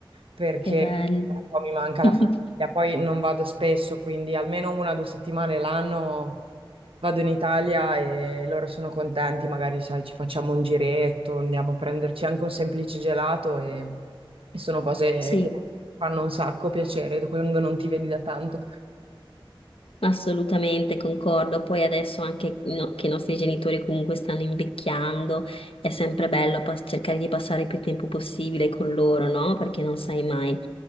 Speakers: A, on the right (about 75°); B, on the left (about 80°).
A: perché
B: che bello.
A: un po' mi manca
B: <laughs>
A: la famiglia. Poi non vado spesso, quindi almeno una o due settimane l'anno. Vado in Italia e loro sono contenti, magari sai, ci facciamo un giretto, andiamo a prenderci anche un semplice gelato e, e sono cose
B: Sì.
A: che fanno un sacco piacere quando non ti vedi da tanto.
B: Assolutamente concordo, poi adesso anche no- che i nostri genitori comunque stanno invecchiando, è sempre bello pas- cercare di passare più tempo possibile con loro, no? Perché non sai mai.